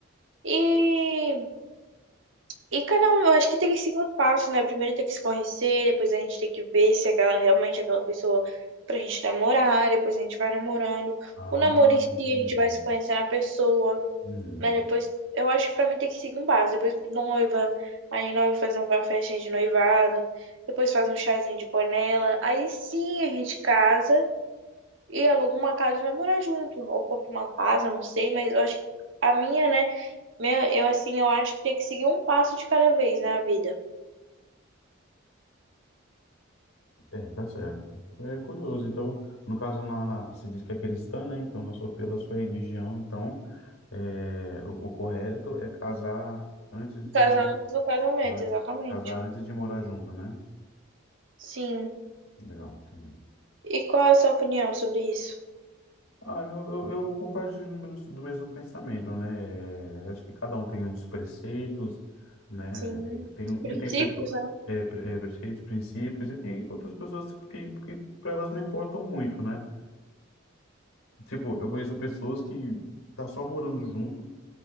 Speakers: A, on the right; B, on the left.
A: E, e cada um, eu acho que tem que seguir um passo, né? Primeiro tem que se conhecer, depois a gente tem que ver se aquela realmente é aquela pessoa pra gente namorar, depois a gente vai namorando.
B: Ah,
A: O namoro em si,
B: entendi.
A: a gente vai se conhecendo a pessoa,
B: Uhum.
A: Mas depois, eu acho que pra mim tem que seguir um base. Depois noiva, aí noiva faz uma festinha de noivado, depois faz um chazinho de panela. Aí sim a gente casa e aluga uma casa e vai morar junto. Ou compra uma casa, não sei, mas eu acho que a minha, né? Minha, eu assim, eu acho que tem que seguir um passo de cada vez na vida.
B: É, tá certo. É curioso. Então, no caso, na, na- você diz que é cristã, né? Então, na sua, pela sua religião, então, é, o, o correto é casar antes
A: O
B: do,
A: Casamento do casamento,
B: casar,
A: exatamente.
B: casar antes de morar junto, né?
A: Sim.
B: Legal, entendi.
A: E qual é a sua opinião sobre isso?
B: Ah, eu, eu, eu compartilho do mes- do mesmo pensamento, né? Eh, Acho que cada um tem uns preceitos, né?
A: Sim,
B: Eh, Tem,
A: os princípios,
B: e tem pessoas,
A: né?
B: é, pre- é, preceitos, princípios, e tem outras pessoas que, que para elas não importam muito, né? Tipo, eu conheço pessoas que tá só morando junto